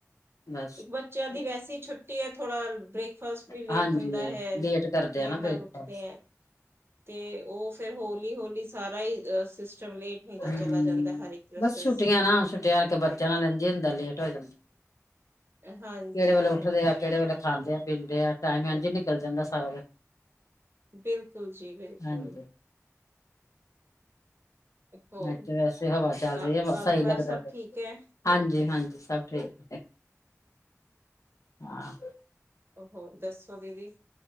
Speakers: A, on the left; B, on the right.
A: ਬਸ
B: ਇੱਕ ਬੱਚਿਆਂ ਦੀ ਵੈਸੇ ਛੁੱਟੀ ਹੈ ਥੋੜਾ ਬ੍ਰੇਕ ਫਸ ਵੀ ਲੇਟ
A: ਹਾਂਜੀ
B: ਹੁੰਦਾ ਹੈ
A: ਲੇਟ ਕਰਦੇ
B: ਦੇਰ
A: ਆ ਨਾ ਬ੍ਰੇਕਫਾਸਟ
B: ਨਾਲ ਉੱਠਦੇ ਹੈ ਤੇ ਉਹ ਫੇਰ ਹੋਲੀ ਹੋਲੀ ਸਾਰਾ ਹੀ ਲੇਟ ਹੁੰਦਾ
A: ਹਮ
B: ਚਲਾ ਜਾਂਦਾ ਹਰ ਇੱਕ ਪ੍ਰੋਸੈਸ
A: ਬਸ ਛੁੱਟੀਆਂ ਨਾ ਛੁੱਟੀਆਂ ਕਰਕੇ ਬੱਚਿਆਂ ਨਾਲ ਰੰਝ ਹਦਾ ਲੇਟ ਹੋ ਜਾਂਦਾ
B: ਹਾਂਜੀ
A: ਕਿਹੜੇ ਵੇਲੇ ਉੱਠਦੇ
B: ਹਾਂਜੀ
A: ਆ ਕਿਹੜੇ ਵੇਲੇ ਖਾਂਦੇ ਆ ਪੀਂਦੇ ਆ ਟਾਈਮ ਇੰਝ ਨਿਕਲ ਜਾਂਦਾ ਸਾਰਾ ਦਿਨ
B: ਬਿਲਕੁਲ ਜੀ ਬਿਲਕੁਲ
A: ਹਾਂਜੀ
B: ਹੋਰ
A: ਅੱਜ ਤਾਂ ਵੈਸੇ ਹਵਾ ਚੱਲ
B: ਕ-
A: ਰਹੀ ਹੈ
B: ਕੰਮ
A: ਸਹੀ
B: ਕਾਰ
A: ਲੱਗਦਾ
B: ਸਭ ਠੀਕ ਹੈ
A: ਹਾਂਜੀ ਹਾਂਜੀ ਸਭ ਠੀਕ ਹਾਂ
B: ਉਹੋ ਦੱਸੋ ਬਦੀ